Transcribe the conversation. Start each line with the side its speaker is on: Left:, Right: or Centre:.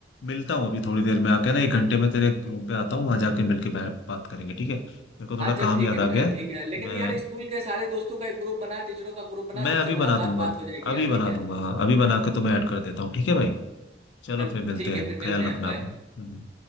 Left: मिलता हूँ अभी थोड़ी देर में आके ना एक घंटे में तेरे रूम पे आता हूँ वहां जाके मिलके बै- बात करेंगे ठीक है मेरे को थोड़ा
Right: हाँ चल
Left: काम
Right: ठीक
Left: याद
Right: है
Left: आ गया है।
Right: ठीक है लेकिन
Left: मैं
Right: यार स्कूल के सारे दोस्तों का एक ग्रुप बना टीचरों का ग्रुप बना
Left: मैं
Right: सबसे
Left: अभी
Right: मुलाकात
Left: बना दूंगा
Right: बात हो जाएगी
Left: अभी
Right: यार
Left: बना
Right: ठीक है
Left: दूंगा हाँ अभी बना के तो मैं ऐड कर देता हूँ ठीक है भाई चलो
Right: चल
Left: फिर मिलते
Right: ठीक
Left: हैं
Right: है फिर
Left: ख्याल
Right: मिलते हैं
Left: रखना
Right: बाय
Left: अपना हम्म।